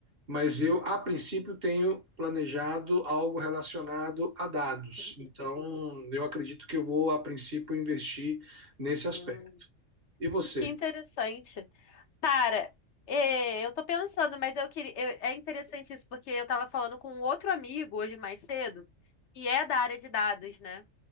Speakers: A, on the right; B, on the left.
A: mas eu, a princípio, tenho planejado algo relacionado a dados.
B: <laughs>
A: Então, eu acredito que eu vou, a princípio, investir nesse aspecto.
B: Hum,
A: E você?
B: que interessante. Cara, é, eu tô pensando, mas eu queria, eu- é interessante isso, porque eu tava falando com um outro amigo hoje mais cedo, que é da área de dados, né?